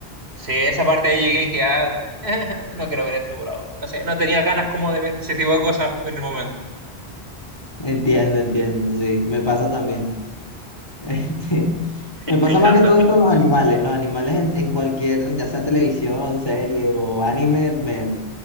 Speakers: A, on the right (about 75°); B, on the left (about 25°).
A: sí, esa parte ahí llegué y dije, ah, <laughs> no quiero ver esto por ahora. Entonces, no tenía ganas como de ver ese tipo de cosas en el momento.
B: Entiendo, entiendo, sí, me pasa también. <laughs> Este, me
A: Hay,
B: pasa
A: hay
B: más
A: tantas.
B: que todo es con los animales. Los animales en, en cualquier, ya sea televisión, serie o anime, me,